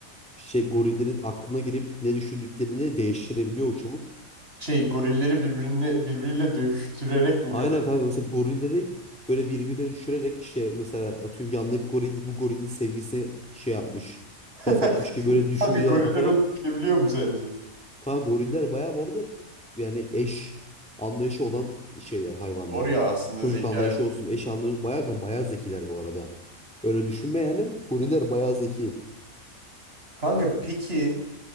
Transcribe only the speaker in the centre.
Şey gorillerin aklına girip ne düşündüklerini değiştirebiliyor o çubuk.
Aynen
kanka mesela gorilleri böyle birbirine düşürerek işte mesela atıyorum yandaki goril bu gorilin sevgisine şey yapmış.
Laf atmış gibi böyle düşünceler
atarak
Kan goriller bayağı bu arada yani eş anlayışı olan şeyler hayvanlar.
Çocuk
anlayışı olsun, eş anlayışı bayağı kan- bayağı zekiler bu arada. Öyle düşünme yani. Goriller bayağı zeki.